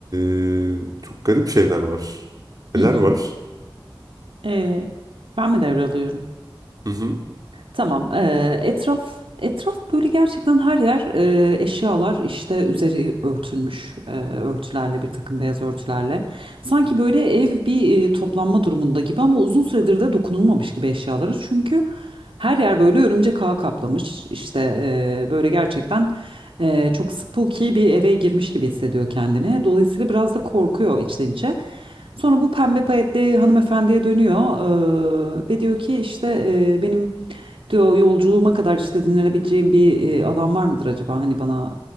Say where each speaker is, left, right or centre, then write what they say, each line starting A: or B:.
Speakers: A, on the right (about 45°); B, on the right (about 85°).
A: e, çok garip şeyler var.
B: hı
A: Neler
B: hı.
A: var?
B: Ee, ben mi devralıyorum?
A: Hı hı.
B: Tamam. eee, etraf etraf böyle gerçekten her yer eee, eşyalar işte üzeri örtülmüş eee, örtülerle bir takım beyaz örtülerle. Sanki böyle ev bir eee, toplanma durumunda gibi ama uzun süredir de dokunulmamış gibi eşyaları. Çünkü her yer böyle örümcek ağı kaplamış. İşte eee, böyle gerçekten eee, çok spooky bir eve girmiş gibi hissediyor kendini. Dolayısıyla biraz da korkuyor içten içe. Sonra bu pembe payetli hanımefendiye dönüyor eee, ve diyor ki işte eee, benim diyor yolculuğuma kadar işte dinlenebileceğim bir e, alan var mıdır acaba hani bana